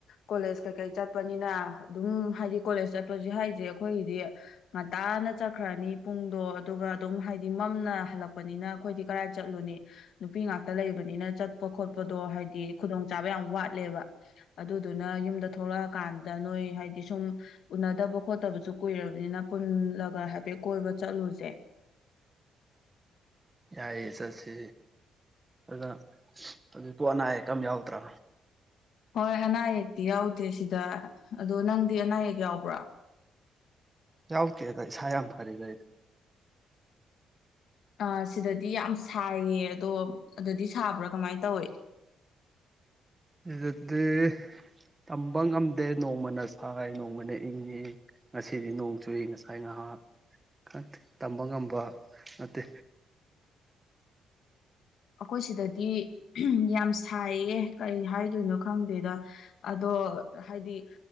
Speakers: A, on the left; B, on the right.
A: ꯀꯣꯂꯦꯖ ꯀꯩꯀꯩ ꯆꯠꯄꯅꯤꯅ ꯑꯗꯨꯝ ꯍꯥꯏꯗꯤ ꯀꯣꯂꯦꯖ ꯆꯠꯄꯁꯨ ꯍꯥꯏꯁꯦ ꯑꯩꯈꯣꯏ ꯗꯤ ꯉꯟꯇꯥꯅ ꯆꯠꯈ꯭ꯔꯅꯤ ꯄꯨꯡꯗꯣ ꯑꯗꯨꯒ ꯑꯗꯨꯝ ꯍꯥꯏꯗꯤ ꯃꯝꯅ ꯍꯜꯂꯛꯄꯅꯤꯅ ꯑꯩꯈꯣꯏꯗꯤ ꯀꯗꯥꯥꯏ ꯆꯠꯂꯨꯅꯤ ꯅꯨꯄꯤ ꯉꯥꯛꯇ ꯂꯩꯕꯅꯤꯅ ꯆꯠꯄ ꯈꯣꯠꯄꯗꯣ ꯍꯥꯏꯗꯤ ꯈꯨꯗꯣꯡ ꯆꯥꯕ ꯌꯥꯝ ꯋꯥꯠꯂꯦꯕ ꯑꯗꯨꯗꯨꯅ ꯌꯨꯝꯗ ꯊꯣꯛꯂꯛꯑ ꯀꯥꯟꯗ ꯅꯣꯏ ꯍꯥꯏꯗꯤ ꯁꯨꯝ ꯎꯅꯗꯕ ꯈꯣꯠꯇꯕ ꯁꯨ ꯀꯨꯏꯔꯕꯅꯤꯅ ꯄꯨꯜꯂꯒ ꯍꯥꯏꯐꯦꯠ ꯀꯣꯏꯕ ꯆꯠꯂꯨꯁꯦ꯫
B: ꯌꯥꯏꯌꯦ ꯆꯠꯁꯤ ꯑꯗꯨꯗ ꯑꯗ ꯑꯗꯤ ꯄꯣ ꯑꯅꯥ ꯑꯌꯦꯛ ꯀꯝ ꯌꯥꯎꯗ꯭ꯔ꯫
A: ꯍꯣꯏ ꯑꯅꯥ ꯑꯛꯇꯤ ꯌꯥꯎꯗꯦ ꯁꯤꯗ ꯑꯗꯣ ꯅꯪꯗꯤ ꯑꯅꯥ ꯑꯌꯦꯛ ꯌꯥꯎꯕ꯭ꯔ꯫
B: ꯌꯥꯎꯗꯦꯗ ꯇꯁ ꯌꯥꯝ ꯐꯔꯤꯗ ꯑꯩ꯫
A: ꯑ ꯁꯤꯗꯗꯤ ꯌꯥꯝ ꯁꯥꯏꯌꯦ ꯑꯗꯣ ꯑꯗꯨꯗꯤ ꯁꯥꯕ꯭ꯔ ꯀꯃꯥꯏ ꯇꯧꯏꯦ꯫
B: ꯏꯖꯗꯤ ꯇꯝꯕ ꯉꯝꯗꯦ ꯅꯣꯡꯃꯅ ꯁꯥꯏ ꯅꯣꯡꯃꯅ ꯏꯪꯉꯤ ꯉꯁꯤꯗꯤ ꯅꯣꯡ ꯆꯨꯏ ꯉꯁꯥꯏ ꯉꯥꯏꯍꯥꯛ ꯈꯪꯗꯦ ꯇꯝꯕ ꯉꯝꯕ ꯅꯠꯇꯦ꯫
A: ꯑꯈꯣꯏ ꯁꯤꯗꯗꯤ ꯎꯝꯍꯨꯝ ꯌꯥꯝ ꯁꯥꯏꯌꯦ ꯀꯩ ꯍꯥꯏꯗꯣꯏꯅꯣ ꯈꯪꯗꯦꯗ ꯑꯗꯣ ꯍꯥꯏꯗꯤ